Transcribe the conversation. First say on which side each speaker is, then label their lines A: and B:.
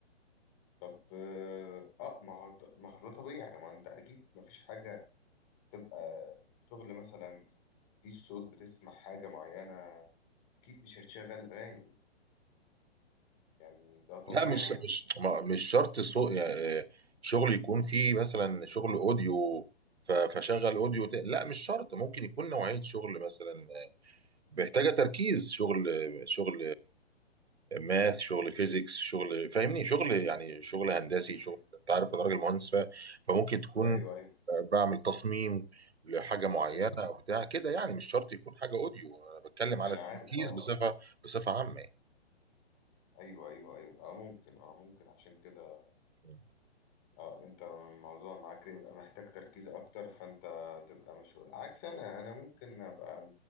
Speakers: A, on the left (about 25°); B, on the right (about 70°).
A: طب اه آه، ما هو ما هو ده طبيعي يعني ما انت اكيد ما فيش حاجة تبقى شغل مثلا في صوت بتسمع حاجة معينة اكيد مش هتشغل اغاني يعني ده طبيعي
B: لا مش
A: يعني
B: مش ما- مش شرط سوق يعني شغل يكون فيه مثلا شغل اوديو ف- فشغل اوديو ت- لا مش شرط ممكن يكون نوعية شغل مثلا آه، محتاجة تركيز شغل شغل ماث شغل فيزيكس شغل فاهمني شغل يعني شغل هندسي
A: مم.
B: شغل انت عارف انا راجل مهندس ف- فممكن تكون
A: ايوه ايوه
B: آه، بعمل تصميم لحاجة معينة
A: ايوه
B: او بتاع كده يعني مش شرط يكون حاجة اوديو انا بتكلم على
A: انا
B: التركيز
A: عارف اه
B: بصفة بصفة عامة
A: ايوه ايوه ايوه اه ممكن اه ممكن عشان كده
B: يعني
A: اه انت الموضوع معاك يبقى محتاج تركيز اكتر فانت تبقى مشغول عكس انا انا ممكن ابقى